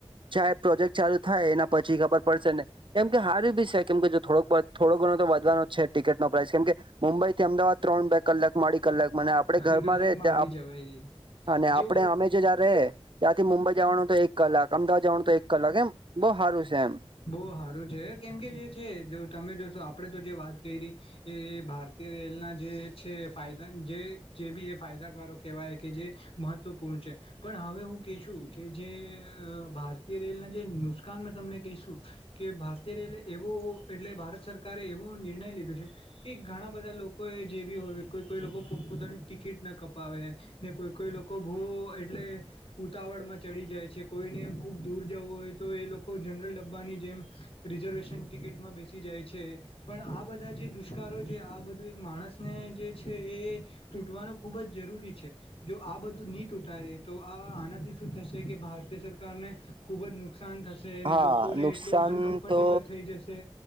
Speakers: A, on the right; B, on the left.
A: ચાહે પ્રોજેક્ટ ચાલુ થાય એના પછી ખબર પડશે ને. કેમ કે હારી બી છે કેમ કે જો થોડોક બોહત થોડો ઘણો તો વધવાનો જ છે ટિકિટનો પ્રાઇસ કેમ કે મુંબઈથી અમદાવાદ ત્રણ બે કલાકમા અડી કલાક. મને આપડે
B: અઢી
A: ઘરમાં
B: કલાકમાં
A: રેહ ત્યાં
B: આવી
A: આપ
B: જવાય
A: અને આપડે
B: જો
A: અમે જે જ્યાં રેહ. ત્યાંથી મુંબઈ જવાનું તો એક કલાક. અમદાવાદ જવાનું તો એક કલાક. એમ બહુ હારું છે એમ.
B: બોહ હારું છે કેમ કે જે છે જો તમે જો આપણેે તો જે વાત કરી એ ભારતીય રેલના જે છે જે ફાયદાન બી એ ફાયદાકારો કેહેવાય કે જે મહત્વપૂર્ણ છે. કે પણ હવે હું કેશું કે જે અ ભારતીય રેલના જે નુસકાન મેં તમને કહીશું. કે ભારતીય રેલવે એવો એટલે ભારત સરકારે એવુ નિર્ણય લીધો છે કે ઘણા બધા લોકોએ જેભી હોય કોઈ-કોઈ લોકો પોતપોતાનું ટિકિટ ના કપાવે ને કોઈ-કોઈ લોકો બો એટલે ઉતાવળમાં ચડી જાય છે. કોઈને ખુબ દૂર જવું હોય તો એ લોકો જનરલ ડબ ડબ્બાની જેમ રિઝર્વેશન ટિકિટમાં બેસી જાય છે પણ આ બધા જે દુષ્કારો છે આ બ બધું એજ માણસને જે છે એ તૂટવાનું ખુબ જ જરૂરી છે. જો આ બધું નહી તૂટ થાય એતો. આ આનાથી શું થશે કે ભારતીય સરકારને ખુબ જ નુકસાન થશે અને
A: હા
B: લોકો લોકોને
A: નુકસાન
B: એટલું અનકમ્ફર્ટેબલ
A: તો
B: થઈ જશે